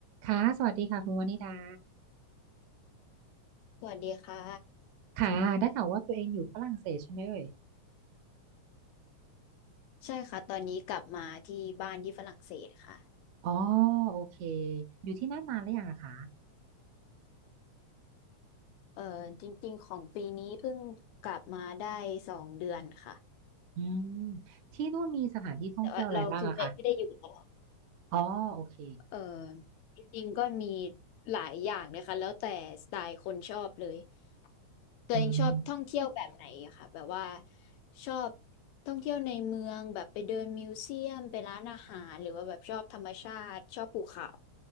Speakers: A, on the right; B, on the left.
A: ค่ะสวัสดีค่ะคุณวนิดา
B: สวัสดีค่ะ
A: ค่ะได้ข่าวว่าตัวเองอยู่ฝรั่งเศสใช่ไหมเอ่ย
B: ใช่ค่ะตอนนี้กลับมาที่บ้านที่ฝรั่งเศสค่ะ
A: อ๋อโอเคอยู่ที่นั่นนานหรือยังอะคะ
B: เอ่อจริงๆของปีนี้เพิ่งกลับมาได้สองเดือนค่ะ
A: อืมที่นู่นมีสถานที่ท่องเที่ยวอะไรบ้างอะคะ
B: แต่ว่าเราคือไม่ไม่ได้อยู่ตลอด
A: อ๋อโอเค
B: เอ่อจริงๆก็มีหลายอย่างนะคะแล้วแต่สไตล์คนชอบเลยตัวเองชอบท่องเที่ยวแบบไหนอะค่ะแบบว่า
A: อืม
B: ชอบท่องเที่ยวในเมืองแบบไปเดินมิวเซียมไปร้านอาหารหรือว่าแบบชอบธรรมชาติชอบภูเขา